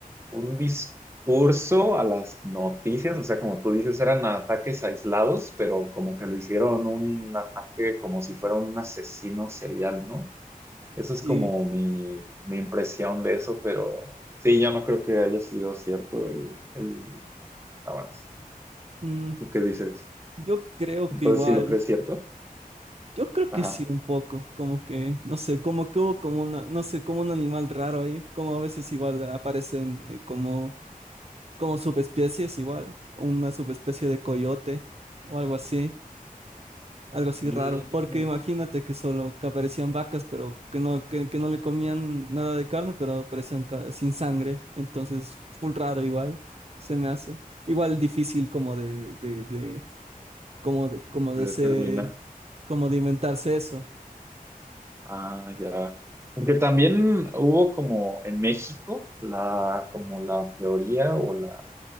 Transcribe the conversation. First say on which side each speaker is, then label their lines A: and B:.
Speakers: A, on the right; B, on the right.
A: un discurso a las noticias, o sea, como tú dices, eran ataques aislados, pero como que lo hicieron un ataque como si fuera un asesino serial, ¿no? Esa es
B: y
A: como mi, mi impresión de eso, pero sí, yo no creo que haya sido cierto el, el, nada más.
B: mm,
A: ¿Tú qué dices?
B: yo creo
A: Entonces,
B: que igual,
A: ¿sí lo crees cierto?
B: yo creo que
A: Ajá.
B: sí un poco, como que, no sé, como que hubo como una, no sé, como un animal raro ahí, como a veces igual aparecen eh, como como subespecies igual, una subespecie de coyote o algo así, algo así
A: Mm,
B: raro, porque imagínate que solo que aparecían vacas, pero que no, que, que no le comían nada de carne, pero aparecían ca- sin sangre, entonces full raro igual, se me hace. Igual difícil como de, de, de, como de, como
A: de-
B: de ser,
A: termina.
B: como de inventarse eso.
A: Ah, ya. Porque también hubo como en México la, como la teoría o la,